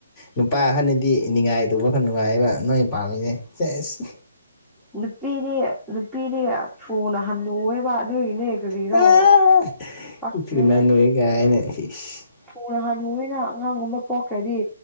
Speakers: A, on the left; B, in the centre.
A: ꯅꯨꯄꯥ ꯑꯍꯅꯗꯤ ꯅꯤꯉꯥꯏ ꯇꯧꯕ ꯈꯔ ꯅꯨꯡꯉꯥꯏꯕ ꯅꯣꯏ ꯄꯥꯝꯃꯤꯁꯦ ꯁꯦꯁ
B: ꯅꯨꯄꯤꯗꯤ ꯅꯨꯄꯤꯗꯤ ꯊꯨꯅ ꯍꯜꯅꯨꯋꯦꯕ ꯑꯗꯨꯒꯤꯅꯦ ꯀꯔꯤꯔꯣ
A: ꯑꯥ
B: ꯄꯛꯇ꯭ꯔꯦꯍꯦ
A: ꯊꯤꯅ ꯅꯣꯏ ꯀꯥꯏꯅ ꯏꯁ
B: ꯊꯨꯅ ꯍꯥꯟꯅꯨꯑꯅ ꯑꯉꯥꯡꯒꯨꯝꯕ ꯄꯣꯛꯈ꯭ꯔꯗꯤ